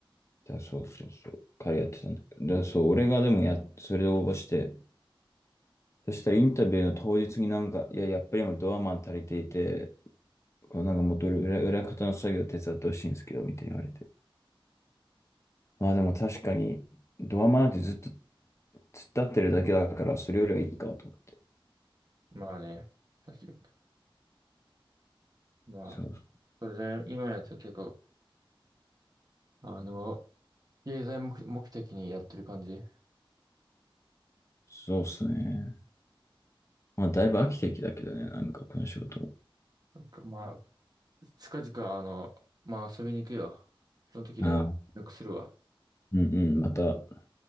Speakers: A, on the left; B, on the right.
A: だそうそうそう。彼やってたんだけど。
B: い
A: だそう、俺がでもや、それで応募して、そしたらインタビューの当日になんか、いや、やっぱり今ドアマン足りていて、こうなんかもっと裏、裏方の作業手伝ってほしいんですけど、みたいに言われて。まあでも確かに、ドアマなんてずっと突っ立ってるだけだから、それよりはいいかと思って。
B: まあね、確かに。まあ、
A: そう、
B: それで今のやつは結構、あの、経済目、目的にやってる感じ。
A: そうっすね。まあだいぶ飽きてきたけどね、なんかこの仕事も。
B: なんかまあ、近々、あの、まあ遊びに行くよ。その時で、
A: ああ、
B: なんかするわ。
A: うんうん、また